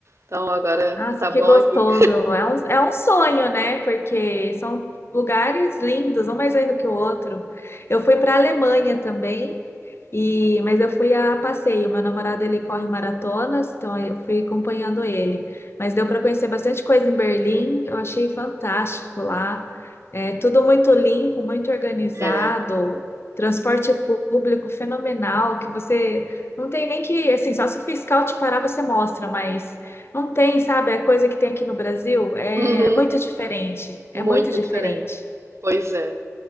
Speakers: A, on the right; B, on the left.
A: então agora
B: Nossa,
A: tá
B: que
A: bom
B: gostoso.
A: aqui.
B: É um, é um sonho, né? Porque são lugares lindos, um mais lindo que o outro. Eu fui para a Alemanha também, e mas eu fui a passeio. Meu namorado ele corre maratonas, então eu fui acompanhando ele. Mas deu para conhecer bastante coisa em Berlim. Eu achei fantástico lá. É tudo muito limpo, muito organizado.
A: É,
B: Transporte público fenomenal, que você não tem nem que, assim, só se o fiscal te parar, você mostra, mas não tem, sabe? A coisa que tem aqui no Brasil é
A: uhum,
B: muito diferente. É
A: muito
B: muito diferente.
A: diferente. Pois é.